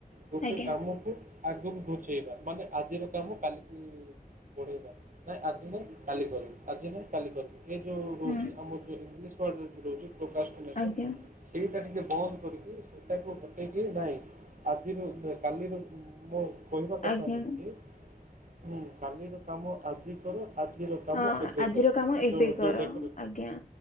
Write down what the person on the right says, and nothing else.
ଗୋଟେ
କାମକୁ ଆଗକୁ ବୁଝେଇବା ମାନେ ଆଜିର କାମ କାଲିକି ବଢ଼େଇବା ନାଇଁ ଆଜି ନାାଇଁ କାଲି କରିବା। ଆଜି ନାଇଁ କାଲି କରିବ। ଏ ଯେଉଁ ରହୁଛି
ଆମର ଯେଉଁ ଇଂଲିଶ ୱାର୍ଡ଼ରେ ଯେଉଁ ରହୁଛି ପ୍ରକାଶ କନେସନ୍
ସେଇଟା ଟିକେ ବନ୍ଦ କରିକି ସେଟାକୁ ହଟେଇକି ନାହିଁ ଆଜି କାଲି ମୁ କହିବା କଥା
ହେଉଛି ହଁ କାଲିର କାମ ଆଜି କର ଆଜିର କାମ
ଏବେ
କର
ଯଉ
ଯୋଉ ଡେକୋ